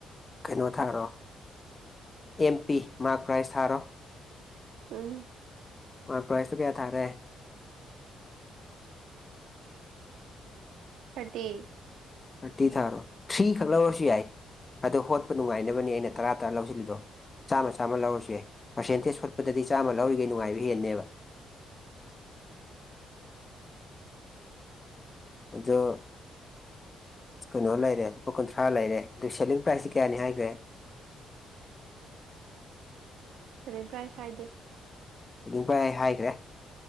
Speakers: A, on the left; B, on the right.
A: ꯀꯩꯅꯣ ꯊꯥꯔꯣ ꯑꯦꯝ ꯄꯤ ꯃꯥꯛ ꯄ꯭ꯔꯥꯏꯁ ꯊꯥꯔꯣ
B: ꯎꯝ
A: ꯃꯛ ꯄ꯭ꯔꯥꯏꯁꯇꯣ ꯀꯌꯥ ꯊꯥꯔꯦ
B: ꯊꯥꯔꯇꯤ
A: ꯊꯥꯔꯇꯤ ꯊꯥꯔꯣ ꯊ꯭ꯔꯤ ꯈꯛ ꯂꯧꯔꯁꯨ ꯌꯥꯏ ꯑꯗꯣ ꯍꯣꯠꯄ ꯅꯨꯡꯉꯥꯏꯅꯕꯅꯦ ꯑꯩꯅ ꯇꯔꯥ ꯇꯔꯥ ꯂꯧꯁꯤꯜꯂꯤꯗꯣ ꯆꯥꯝꯃ ꯆꯥꯝꯃ ꯂꯧꯔꯁꯨ ꯌꯥꯏ ꯄꯔꯁꯦꯟꯇꯦꯁ ꯍꯣꯠꯄꯗꯗꯤ ꯆꯥꯝꯃ ꯂꯧꯔꯤꯒꯩ ꯅꯨꯡꯉꯥꯏꯕ ꯍꯦꯟꯅꯦꯕ ꯑꯗꯣ ꯀꯩꯅꯣ ꯂꯩꯔꯦ ꯂꯨꯄꯥ ꯀꯨꯟꯊ꯭ꯔꯥ ꯂꯩꯔꯦ ꯑꯗꯨ ꯁꯦꯂꯤꯡ ꯄ꯭ꯔꯥꯏꯖꯁꯦ ꯀꯌꯥꯅꯤ ꯍꯥꯏꯈ꯭ꯔꯦ
B: ꯁꯦꯂꯤꯡ ꯄ꯭ꯔꯥꯏꯁ ꯍꯥꯏꯗꯦ
A: ꯁꯦꯂꯤꯡ ꯄꯔꯥꯏ ꯑꯩ ꯍꯥꯏꯒꯔꯦ